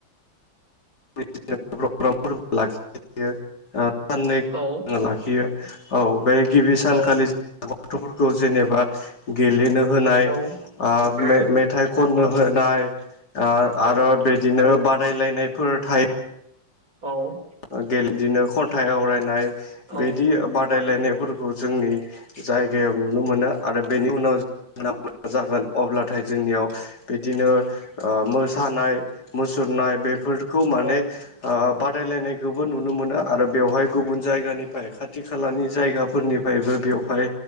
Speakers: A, on the left; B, on the right.
A: <unintelligible> लाखियो ओ साननै
B: औ
A: लाखियो औ बे गिबि सानखालि
B: औ
A: जों गथ'फोरखौ जेनोबा गेलेनो होनाय
B: औ
A: ओ
B: औ
A: मेथाइ खननो होनाय ओ
B: औ
A: आरो बिदिनो बादायलायनायफोर थायो
B: औ
A: ओ गेलेदिनो खन्थाइ आवरायनाय
B: औ
A: बिदि बादायलायनायफोरखौ खौ जोंनि जायगायाव नुनो मोनो आरो बेनि उनाव जों जागोन अब्लाथाय जोंनियाव बिदिनो ओ मोसानाय मुसुरनाय बेफोर खौ ओ माने
B: औ
A: बादायलायनाय बेखौबो नुनो मोनो आरो बेवहाय गुबुन जायगानिफ्राय खाथि खालानि जायगाफोरनिफ्रायबो बेवहाय